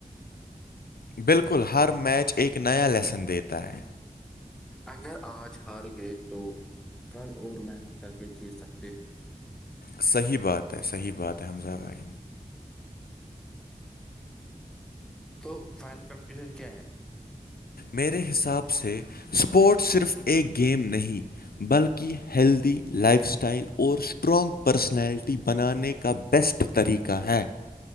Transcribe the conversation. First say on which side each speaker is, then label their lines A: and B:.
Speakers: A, on the left (about 90°); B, in the centre.
A: بالکل ہر میچ ایک نیا لیسن دیتا ہے
B: اگر آج ہار گئے تو کل اور محنت کر کے جیت سکتے ہیں
A: صحیح بات ہے صحیح بات ہے حمزہ بھائی
B: تو فائنل کل کے لیے کیا ہے
A: میرے حساب سے اسپورٹس صرف ایک گیم نہیں بلکہ ہیلدی لائف سٹائل اور اسٹرانگ پرسنالٹی بنانے کا بیسٹ طریقہ ہے